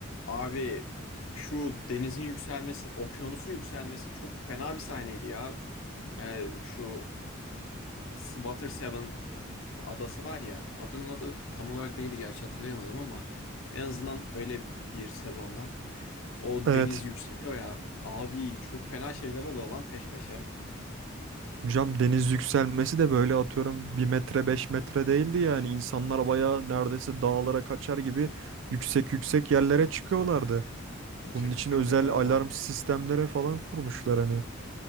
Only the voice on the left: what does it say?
Abi şu denizin yükselmesi, okyanusun yükselmesi çok fena bir sahneydi ya. Yani şu Water Seven adası var ya. Adanın adı tam olarak neydi gerçi hatırlayamadım ama en azından öyle bir sezonda o
deniz yükseliyor ya. Abi çok fena şeyler oluyor lan peş peşe.
Yüksek
yüksek
tepeler
falan.